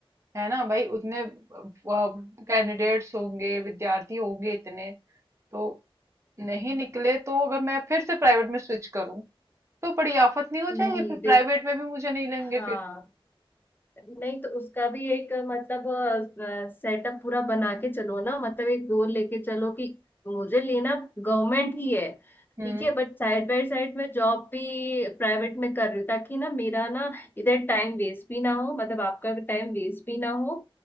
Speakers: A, on the right; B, on the left.
A: है ना भाई उतने कैंडिडेट्स होंगे विद्यार्थी होंगे इतने तो नहीं निकले तो अगर मैं फिर से प्राइवेट में स्विच करूं तो बड़ी आफत नहीं हो जाएगी
B: नहीं
A: फिर
B: देख
A: प्राइवेट में भी मुझे नहीं लेंगे
B: हाँ
A: फिर
B: नहीं तो उसका भी एक मतलब सेटअप पूरा बना के चलो ना मतलब एक गोल लेके चलो कि मुझे लेना गवर्नमेंट ही है
A: हम्म
B: ठीक है बट साइड बाय साइड मैं जॉब भी प्राइवेट में कर रही हूँ ताकि ना मेरा ना इधर टाइम वेस्ट भी ना हो मतलब आपका टाइम वेस्ट भी ना हो